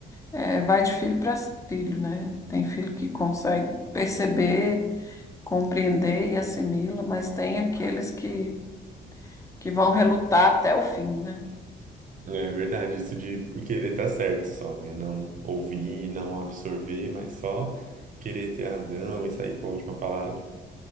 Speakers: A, on the left; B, on the right.
A: É, vai de filho para filho, né? Tem filho que consegue perceber, compreender e assimila, mas tem aqueles que, que vão relutar até o fim, né?
B: É verdade, isso de querer estar certo só, né? Não ouvir, não absorver, mas só querer ter razão e sair com a última palavra.